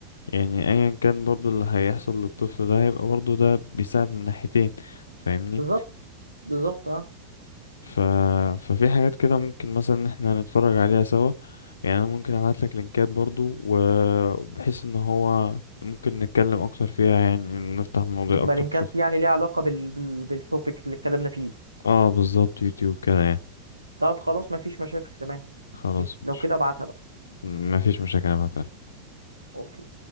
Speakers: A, on the left; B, on the right.
A: يعني أيا كان برضو اللي هيحصل للطفل ده هيبقى برضو ده بيساعد من ناحيتين فاهمني
B: بالظبط بالظبط اه
A: ف... ففي حاجات كده ممكن مثلا ان احنا نتفرج عليها سوا يعني انا ممكن ابعت لك لينكات برضو وبحيث ان هو ممكن نتكلم اكتر فيها يعني نفتح مواضيع
B: بتبقى
A: اكتر
B: لينكات
A: نشوف
B: يعني ليها علاقه بال... بال... بالتوبيك اللي اتكلمنا فيه
A: اه بالظبط يوتيوب كده يعني
B: طب خلاص ما فيش مشاكل تمام
A: خلاص
B: أوكي،
A: مش
B: لو كده ابعتها بقى
A: مفيش مشاكل ابعتها
B: اوكي